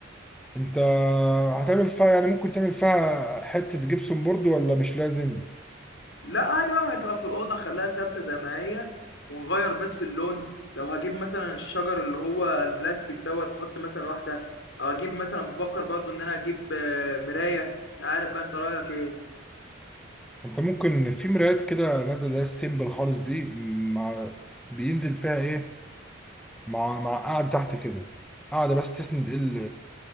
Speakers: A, in the centre; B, on the left (about 75°).
A: انت هتعمل فيها يعني ممكن تعمل فيها حتة جبسون بورد ولا مش لازم
B: لا عادي بقى ما هتبقى في الأوضة خليها ثابتة زي ما هي ونغير بس اللون لو هجيب مثلا الشجر اللي هو البلاستيك دوت أحط مثلا واحدة أو أجيب مثلا بفكر برضو إن أنا أجيب آه، مراية مش عارف بقى أنت رأيك إيه
A: انت ممكن في مرايات كده نازله اللي هي السيمبل خالص دي مع بينزل فيها ايه مع مع قاعد تحت كده قاعده بس تسند ال